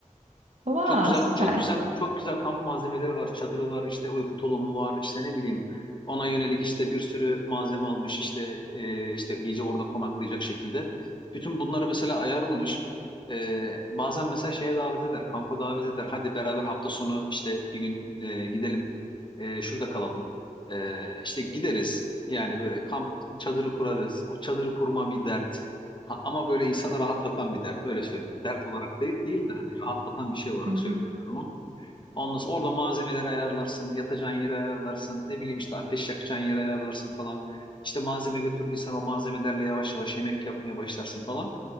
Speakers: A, on the right; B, on the left.
A: Wow,
B: Çok güzel,
A: süper.
B: çok güzel, çok güzel kamp malzemeleri var. Çadırı var, işte uyku tulumu var, işte ne bileyim. Ona yönelik işte bir sürü malzeme almış işte e, işte gece orada konaklayacak şekilde. Bütün bunları mesela ayarlamış. E, bazen mesela şeye davet eder, kampa davet eder. Hadi beraber hafta sonu işte bir gün e, gidelim, e, şurada kalalım. E, işte gideriz. Yani böyle kamp çadırı kurarız. O çadırı kurma bir dert. Ha, ama böyle insanı rahatlatan bir dert öyle söyleyeyim. Dert olarak değil, değil de hani rahatlatan bir şey olarak
A: Hı hı,
B: söylüyorum ben onu. Ondan sonra orada malzemeleri ayarlarsın, yatacağın yeri ayarlarsın, ne bileyim işte ateş yakacağın yeri ayarlarsın falan. İşte malzeme götürdüysen o malzemelerle yavaş yavaş yemek yapmaya başlarsın falan.